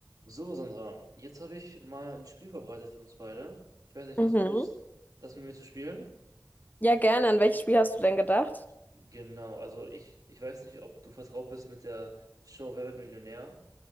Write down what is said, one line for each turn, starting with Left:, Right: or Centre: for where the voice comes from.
Right: So, Sandra, jetzt habe ich mal ein Spiel vorbereitet für uns beide. Ich weiß nicht,
Left: Mhm.
Right: hast du mal Lust, das mit mir zu spielen?
Left: Ja, gerne. An welches Spiel hast du denn gedacht?
Right: Genau, also ich, ich weiß nicht, ob du vertraut bist mit der Show Wer wird Millionär?